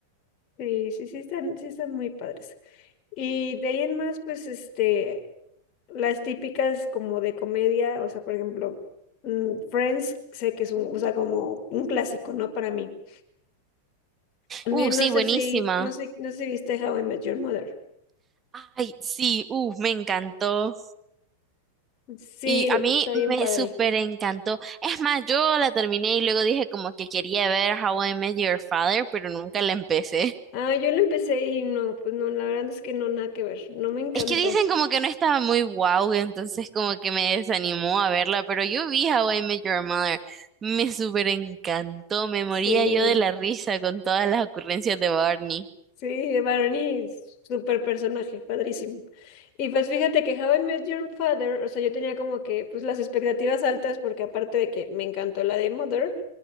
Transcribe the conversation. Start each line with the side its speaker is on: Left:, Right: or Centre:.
Left: Sí, sí, sí están, sí están muy padres. Y de ahí en más, pues, este, las típicas como de comedia, o sea, por ejemplo, mm, Friends, sé que es un, o sea, como un clásico, ¿no? Para mí. También
Right: Uh, sí,
Left: no sé
Right: buenísima.
Left: si, no sé, no sé si viste How I Met Your Mother.
Right: Ay, sí, uh, me encantó.
Left: Sí,
Right: Y a
Left: está
Right: mí
Left: bien
Right: me
Left: padre.
Right: súper encantó. Es más, yo la terminé y luego dije como que quería ver How I Met Your Father, pero nunca la empecé.
Left: Ah, yo lo empecé y no, pues no, la verdad es que no, nada que ver, no me encantó.
Right: Es que dicen como que no estaba muy guau, entonces como que me desanimó a verla, pero yo vi How I Met Your Mother. Me súper encantó, me moría
Left: Sí.
Right: yo de la risa con todas las ocurrencias de Barney.
Left: Sí, Barney, súper personaje, padrísimo. Y pues fíjate que How I Met Your Father, o sea, yo tenía como que pues las expectativas altas porque aparte de que me encantó la de Mother,